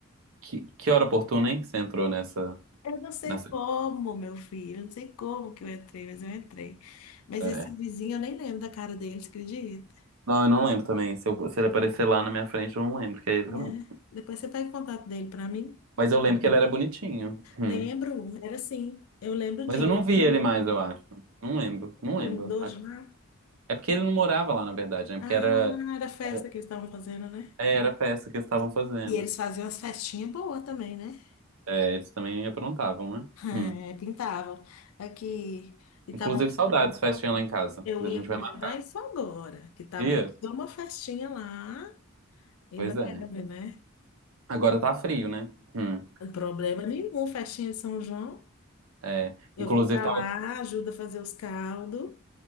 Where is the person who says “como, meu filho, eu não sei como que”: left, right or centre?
Left